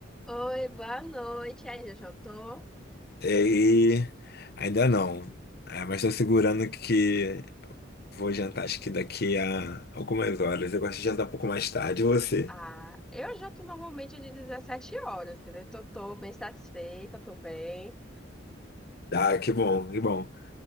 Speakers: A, in the centre; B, on the left.
A: Oi, boa noite. E aí, já jantou?
B: É, E ainda não. É, mas estou segurando que vou jantar, acho que daqui a algumas horas. Eu gosto de jantar um pouco mais tarde. E você?
A: Ah, eu janto normalmente de 17 horas, entendeu? Então, tô bem satisfeita, tô bem.
B: Ah, que bom, que bom.